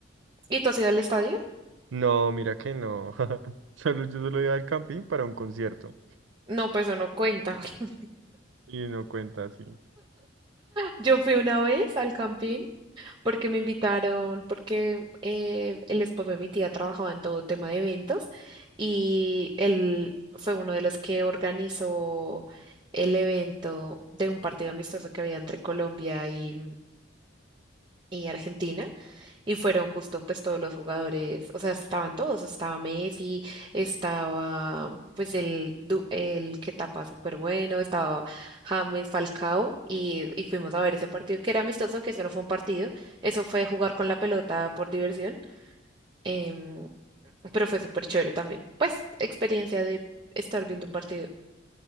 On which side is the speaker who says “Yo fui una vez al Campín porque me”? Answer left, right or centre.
Right